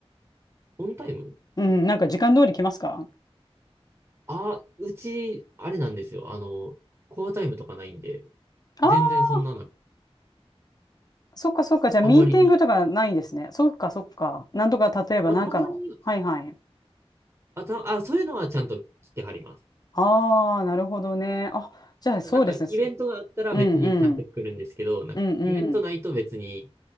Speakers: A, on the right; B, on the left.
A: オンタイム
B: うん、なんか時間通り来ますか
A: あ、うち、あれなんですよ。あの、コアタイムとかないんで、
B: ああ
A: 全然そんなの、
B: ー、そっかそっか。じゃあミーティングとかないですね。
A: あんまり、
B: そっかそっか。なんとか例えばなんかの。
A: まあ、たまに、
B: はいはい。
A: あ、た、あ、そういうのはちゃんと来てはります。
B: ああ、なるほどね。あ、じゃあそうです。
A: なんか、イベントがあったら別にちゃんと来るんですけど、
B: うんうん。
A: なんか、
B: うんうん。
A: イベントないと別に